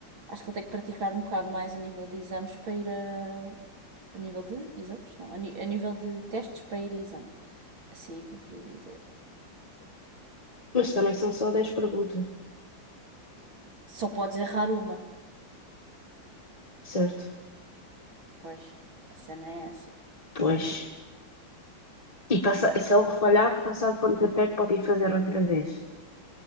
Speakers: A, on the right; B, on the left.
A: acho que ele tem que praticar um bocado mais a nível de exames para ir a. A nível de exames? Não, a, ni- a nível de testes para ir a exame. Assim é que eu queria dizer.
B: Mas também são só dez perguntas,
A: Só podes errar uma.
B: certo?
A: Pois, a cena é essa.
B: Pois. E passa, se ele falhar, passar quanto tempo é que pode ir fazer outra vez?